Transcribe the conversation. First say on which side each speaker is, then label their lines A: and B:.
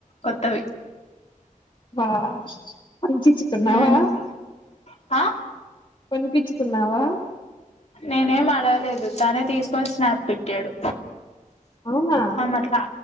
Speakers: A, on the left; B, on the left.
A: కొత్తవి
B: వా పంచించుకున్నావా
A: మ్మ్ ఆ
B: కొనిపిచ్చు తిన్నావా
A: నేనేం అడగలేదు తనే తీసుకొని స్నాప్ పెట్టాడు
B: అవునా
A: ఆ మట్లా